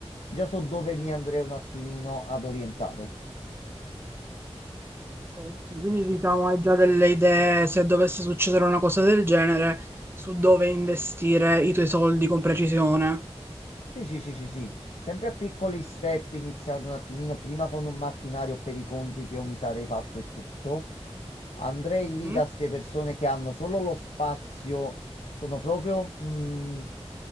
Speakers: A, on the left; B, on the right.
A: già so dove mi andrei un attimino ad orientare.
B: Ok, Quindi diciamo hai già delle idee se dovesse succedere una cosa del genere su dove investire i tuoi soldi con precisione.
A: Sì, sì, sì, sì, sì. Sempre a piccoli step, iniziando un attimino prima con un macchinario per i conti che io mi sarei fatto e tutto. Andrei
B: Mhm.
A: lì da queste persone che hanno solo lo spazio, sono proprio... mm,